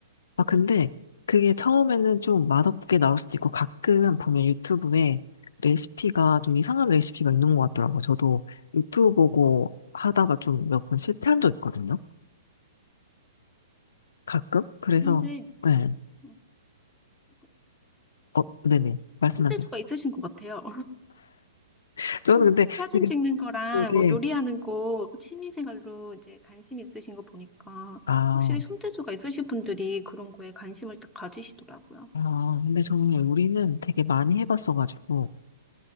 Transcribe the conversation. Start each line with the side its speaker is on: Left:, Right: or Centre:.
Left: 아, 근데 그게 처음에는 좀 맛없게 나올 수도 있고 가끔 보면 유튜브에 레시피가 좀 이상한 레시피가 있는 것 같더라고요. 저도 유튜브 보고 하다가 좀 몇 번 실패한 적 있거든요. 가끔? 그래서,
Centre: 그런데
Left: 네.
Centre: 음, 그
Left: 어, 네네. 말씀하세요.
Centre: 재주가 있으신 것 같아요.
Left: <laughs> 저는
Centre: <laughs>
Left: 근데
Centre: 사진
Left: 되게,
Centre: 찍는 거랑
Left: 되게,
Centre: 뭐 요리하는 거 취미생활로 이제 관심 있으신 거 보니까
Left: 아,
Centre: 확실히 손재주가 있으신 분들이 그런 거에 관심을 딱 가지시더라고요.
Left: 아, 근데 저는 요리는 되게 많이 해봤어가지고,